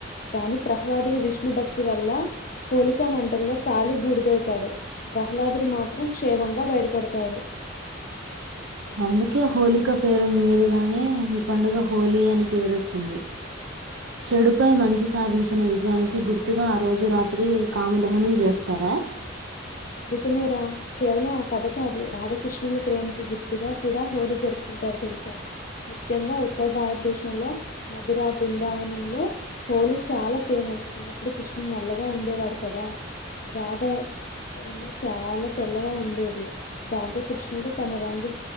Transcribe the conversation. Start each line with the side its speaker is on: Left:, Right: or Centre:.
Left: కానీ ప్రహ్లాదుడి విష్ణు భక్తి వల్ల హోలిక మం టలో కాలి బూడిదవుతాడు ప్రహ్లాదుడు మాత్రం క్షేమంగా బయటపడతాడు
Right: అందుకే హోలిక పేరు మీదగానే ఈ పండుగ హోలీ అని పేరు వచ్చింది <inaudible> చెడుపై మంచి సాధించిన విజయానికి గుర్తుగా ఆ రోజు రాత్రి కామ దహనం జెస్తారా
Left: నిజమేరా కేవలం ఆ కథ కాదు రాధాకృష్ణుల ప్రేమకు గుర్తుగా కూడా హోలీ జరుపుకుంటారు తెలుసా ముఖ్యంగా ఉత్తర భారతదేశంలో మధురా బృందావనంలో హోలీ చాలా ఫేమస్ చిన్నప్పుడు కృష్ణుడు నల్లగా ఉండేవాడు కదా రాధ ఇమె చాలా తెల్లగా ఉండేది దాంతో కృష్ణుడు తన రంగు